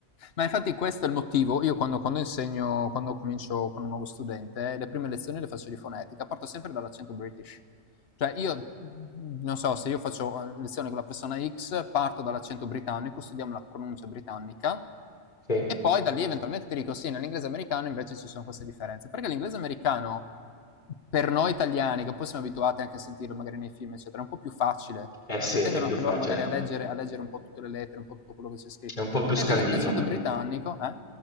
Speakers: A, on the left; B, on the left.
A: Ma infatti questo è il motivo, io quando, quando insegno, quando comincio con un nuovo studente, eh, le prime lezioni le faccio di fonetica, parto sempre dall'accento british. Cioè io, non so, se io faccio eh, lezione con la persona X, parto dall'accento britannico, studiamo la pronuncia britannica
B: Sì.
A: e poi da lì eventualmente ti dico sì, nell'inglese americano invece ci sono queste differenze. Perché l'inglese americano, per noi italiani, che un po' siamo abituati anche a sentirlo magari nei film, eccetera, è un po' più facile
B: Eh
A: perché
B: sì, è
A: tendono
B: più
A: anche
B: facile,
A: loro magari a leggere, a leggere, un po' tutte le lettere, un po' tutto quello che c'è scritto.
B: è un po' più
A: Mentre
B: scandito,
A: l l'accento britannico, eh?